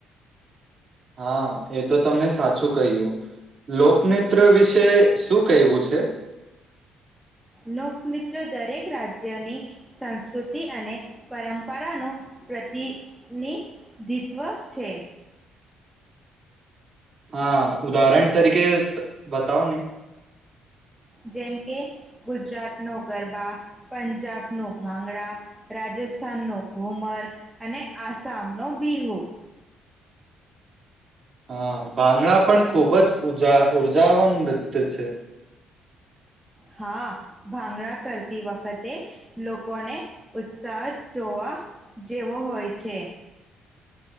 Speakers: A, on the right; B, in the centre.
A: હા એ તો તમને સાચું કહ્યું લોકનત્ય વિશે શું કહેવું છે.
B: લોકનૃત્ય દરેક રાજ્યની સંસ્કૃતિ અને પરંપરાનું પ્રતિનિધિત્વ છે.
A: હા ઉદાહરણ તરીકે બતાવ ને
B: જેમ કે ગુજરાત નો ગરબા પંજાબ ન ભાંગડા રાજસ્થાન ન ઘુમર અને આસામ નો બિહુ
A: હા ભાંગડા પણ ખુબ જ ઉ ઉર્જાવાન નૃત્ય છે.
B: હા ભાંગડા કરતી વખતે લોકોને ઉત્સાહ જ જોવા જેવો હોય છે.